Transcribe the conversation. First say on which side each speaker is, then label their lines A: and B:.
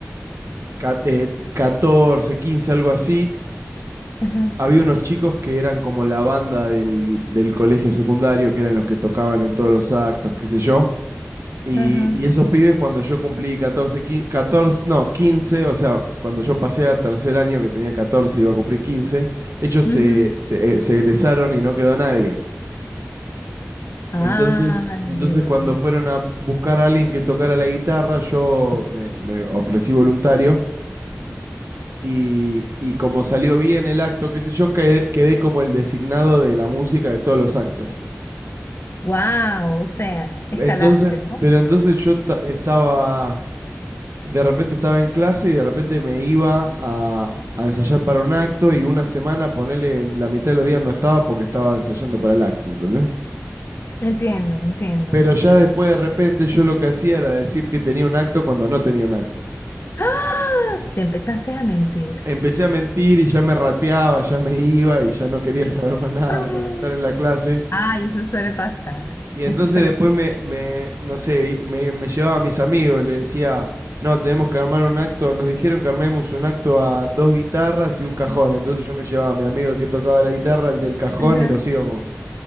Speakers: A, on the right (about 65°); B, on the left (about 50°).
A: ca- eh, 14, 15, algo así,
B: Ajá.
A: había unos chicos que eran como la banda del, del colegio secundario, que eran los que tocaban en todos los actos, qué sé yo. Y,
B: Ajá.
A: y esos pibes cuando yo cumplí 14, 15, 14, no, 15, o sea, cuando yo pasé a tercer año que tenía 14 iba a cumplir 15, ellos
B: ujú.
A: se, se, eh, se egresaron y no quedó nadie.
B: ¡Ah!
A: Entonces,
B: Ay,
A: entonces
B: Dios.
A: cuando fueron a buscar a alguien que tocara la guitarra, yo me, me ofrecí voluntario y, y como salió bien el acto, qué sé yo, quedé, quedé como el designado de la música de todos los actos.
B: Wow, o sea, escalaste,
A: Entonces,
B: ¿no?
A: pero entonces yo ta- estaba... de repente estaba en clase y de repente me iba a, a ensayar para un acto y una semana, ponele, la mitad de los días no estaba porque estaba ensayando para el acto, ¿entendés?
B: Entiendo, entiendo.
A: Pero ya después de repente yo lo que hacía era decir que tenía un acto cuando no tenía un acto.
B: ¡Ah! Ya empezaste a mentir.
A: Empecé a mentir y ya me rateaba, ya me iba y ya no quería <laughs> saber más nada
B: ¡Ah!
A: con estar en la clase.
B: Ay, eso suele pasar.
A: Y entonces
B: Eso suele
A: después
B: pasar.
A: me, me no sé, y me, me llevaba a mis amigos, le decía, no, tenemos que armar un acto, nos dijeron que armemos un acto a dos guitarras y un cajón. Entonces yo me llevaba a mi amigo el que tocaba la guitarra, el del cajón,
B: Ajá.
A: y nos íbamos.